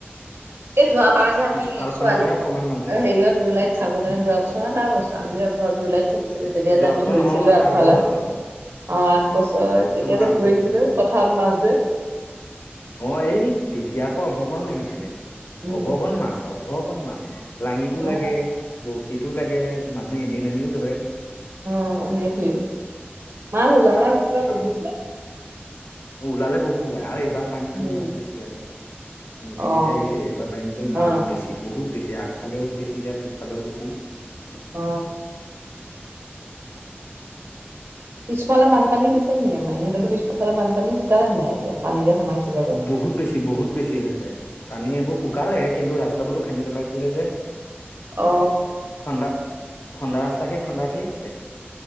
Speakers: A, on the right (about 75°); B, on the left (about 75°).
A: এই যোৱাবাৰ যে আমি
B: পিছফালখনতহে
A: ছোৱালী অ
B: অকমান মানুহ আছে
A: হেৰিয়ত জুলাইত থাকোঁতেনে যোৱা বছৰ নে তাৰ বছৰ আমি যে ঘৰত জুলাইত থাকো তেতিয়া
B: যোৱা
A: যে আমি
B: বছৰ
A: ধৰিছিলো
B: নহয়
A: আগফালা
B: তাৰ আগৰ বছৰ
A: অ আঠ বছৰ
B: যোৱা
A: তেতিয়া
B: নহয়
A: যে
B: আগৰ
A: ধৰিছিলো
B: বছৰ
A: পথাৰত মাছ যে
B: অ এই তেতিয়া আকৌ অভগন লাগিছিলে
A: উম
B: অভগন মাছ অভগন মাছ লাঙিতো
A: অ
B: লাগে বৰশীতো লাগে মানুহে এনে নমিও ধৰে
A: অ সেইটোৱে মাছ ওলালে উঠে
B: আকৌ
A: বহুত
B: ওলালে বহুত ওলায় আৰু এইবাৰ পানীটোত
A: উম
B: মাছ বেছি আকৌ নদী
A: অ
B: দি যে আহিছে এইবাৰ পানীতো
A: অ
B: মাছ বেছি বহুত বেছি। এই আগফালেও বেছি যায় পিছফালেও বেছি।
A: অ পিছফালে বানপানী হৈছেনি আমাৰ ইহঁততো পিছফালে শুকালে নাই এতিয়া? পানী যে সোমাইছিলে যে
B: বহুত বেছি বহুত বেছি হৈ যায় পানী এইবোৰ শুকালে কিন্তু ৰাস্তাবোৰো খান্দি পেলাইছিলে যে
A: অ
B: খন্দা খন্দা ৰাস্তা সেই খন্দাকেই আছে